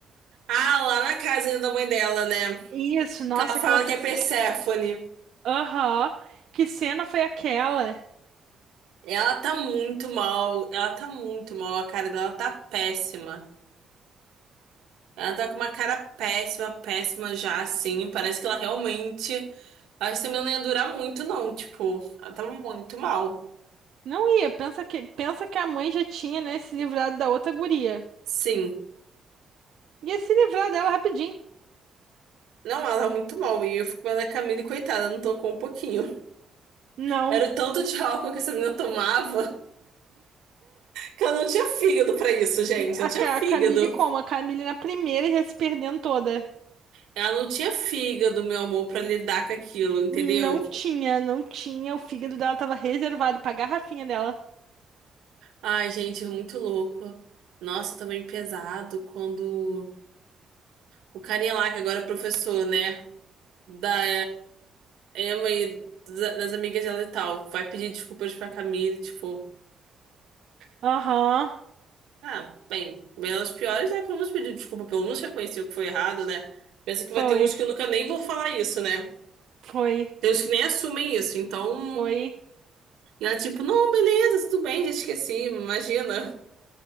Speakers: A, on the right; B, on the right.
A: Ah, lá na casa ainda da mãe dela, né?
B: Isso, nossa,
A: Que ela
B: aquela
A: fala
B: cena.
A: que é Perséfone.
B: Aham, que cena foi aquela?
A: Ela tá muito mal, ela tá muito mal, a cara dela tá péssima. Ela tá com uma cara péssima, péssima já, assim. Parece que ela realmente. Acho que também não ia durar muito, não. Tipo, ela tava muito mal.
B: Não ia, pensa que, pensa que a mãe já tinha, né, se livrado da outra guria.
A: Sim.
B: Ia se livrar dela rapidinho.
A: Não, ela tá muito mal. E eu fico vendo a Camille, coitada, não tocou um pouquinho.
B: Não,
A: Era o tanto de álcool que essa menina tomava que ela não tinha fígado pra isso, gente.
B: a,
A: Não tinha
B: Ca-
A: fígado.
B: a Camille como? A Camille na primeira já se perdendo toda.
A: Ela não tinha fígado, meu amor, pra lidar com aquilo, entendeu?
B: Não tinha, não tinha. O fígado dela tava reservado pra garrafinha dela.
A: Ai, gente, é muito louco. Nossa, também pesado quando o carinha lá, que agora é professor, né? Da Emma e da- das amigas dela e tal. Vai pedir desculpas pra Camille, tipo,
B: Aham,
A: ah, bem, menos piores, né? Pelo menos pedir desculpa, pelo menos reconhecer o que foi errado, né? Pensa que vai
B: foi,
A: ter uns que nunca nem vão falar isso, né?
B: foi,
A: Tem uns que nem assumem isso, então.
B: foi.
A: E ela, tipo, não, beleza, tudo bem, já esqueci, imagina.